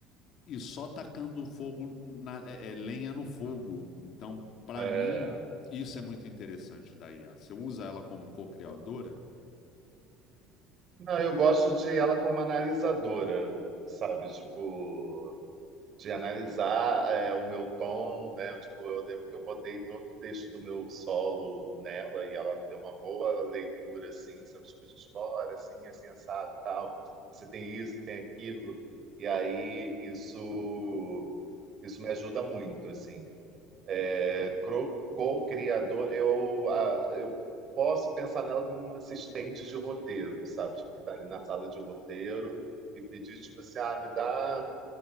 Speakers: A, on the left; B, on the right.
A: e só tacando fogo na, é, é, lenha no fogo. Então, para
B: É.
A: mim, isso é muito interessante da IA. Você usa ela como co-criadora?
B: Não, eu gosto de ela como analisadora, sabe? Tipo, de analisar é, o meu tom, né? Eu, tipo, eu lembro que eu botei todo o texto do meu solo nela e ela me deu uma boa leitura, assim, sabe? Tipo, de fora, assim, assim, assado e tal. Você tem isso, tem aquilo. E aí, isso, isso me ajuda muito, assim. É, cro- co-criador, eu, a- eu posso pensar nela como uma assistente de roteiro, sabe? Tipo, que tá ali na sala de roteiro e pedir, tipo assim, ah, me dá